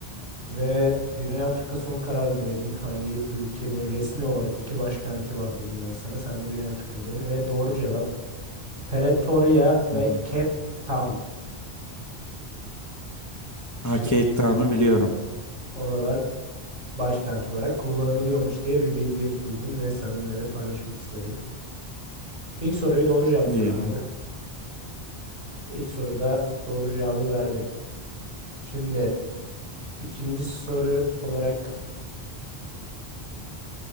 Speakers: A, on the right; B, on the left.
A: Ve Güney Afrika son kararın dedin. Hangi ülkenin resmi olarak iki başkenti var dedim ben sana. Sen de Güney Afrika dedin. Ve doğru cevap Pretoria ve
B: Hı hı.
A: Cape Town.
B: Ha,
A: Şey,
B: Cape Town'u biliyorum.
A: oralar başkent olarak kullanılıyormuş diye bir bilgi buldum ve seninle de paylaşmak istedim. İlk soruyu doğru cevapladın
B: Ee,
A: abi. İlk soruda doğru cevabı verdin. Şimdi ikinci soru olarak